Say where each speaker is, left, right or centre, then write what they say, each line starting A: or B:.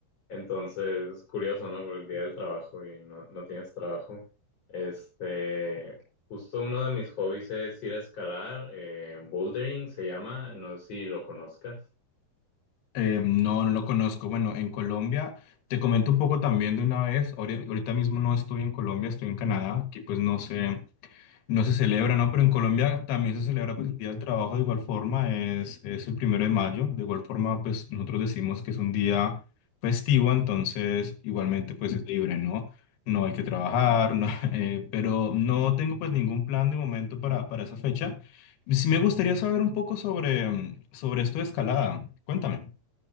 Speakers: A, on the left; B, on the left.
A: entonces curioso, ¿no? Por el día del trabajo y no, no tienes trabajo. Este, justo uno de mis hobbies es ir a escalar, eh, bouldering se llama, no sé si lo conozcas.
B: Eh, no, no lo conozco. Bueno, en Colombia, te comento un poco también de una vez. ahori- Ahorita mismo no estoy en Colombia, estoy en Canadá, que pues no sé. No se celebra, ¿no? Pero en Colombia también se celebra pues, el Día del Trabajo de igual forma, es, es el primero de mayo, de igual forma pues nosotros decimos que es un día festivo, entonces igualmente pues es libre, ¿no? No hay que trabajar, no, <laughs> eh, pero no tengo pues ningún plan de momento para, para esa fecha. Sí me gustaría saber un poco sobre, mm, sobre esto de escalada, cuéntame.